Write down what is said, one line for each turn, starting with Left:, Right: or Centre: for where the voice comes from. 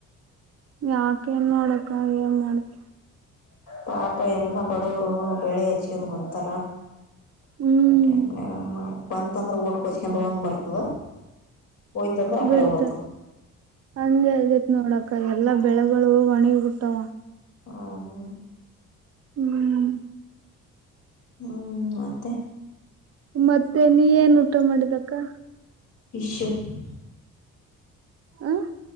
Right: ಯಾಕೆ ಏನ್ ಮಾಡೋಡಕ್ಕ ಏನ್ ಮಾಡ <unintelligible>
Left: ಪಾಪ ಎಲ್ಲಾ ಬಡವರು ಬೆಳೆ ಹಚ್ಕೊಂಡ ಕುಂತಾರ.
Right: ಹ್ಮ್
Left: ಟೈಮ್ ಆಯ್ತು ಬಂತಂದ್ರೆ ಒಟುಕೋಚ್ಕೊಂಡ ಹೋಗಂಗ ಬರ್ತದ. ಹೋಯ್ತಂದ್ರ ಆ
Right: ಬಡ್ತ
Left: ಕಡೆ ಹೋತು
Right: ಹಂಗೆ ಆಗತ್ ನೋಡಕ ಎಲ್ಲಾ ಬೆಳೆಗಳು ಒಣಗಿ ಬಿಟ್ಟಾವ.
Left: ಹೌದ <inaudible>
Right: ಹ್ಮ್,
Left: ಹ್ಮ್, ಮತ್ತೆ
Right: ಮತ್ತೆ ನೀ ಏನ್ ಊಟ ಮಾಡಿದಕ್ಕಾ
Left: ಶಿಷು <inaudible>
Right: ಹ್ಮ್,